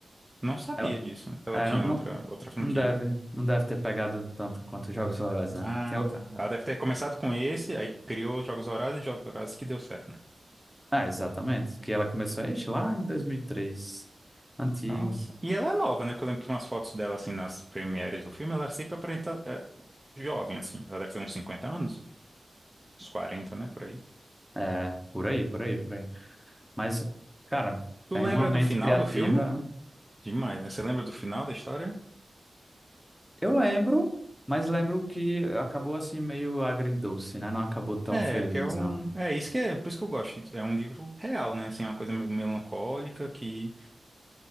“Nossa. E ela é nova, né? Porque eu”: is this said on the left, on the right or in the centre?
Right